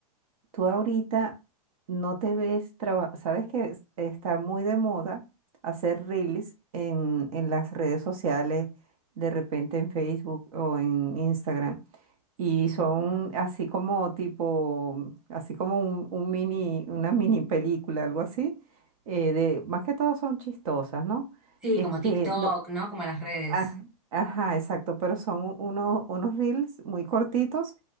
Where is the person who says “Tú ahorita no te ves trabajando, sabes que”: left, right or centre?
Right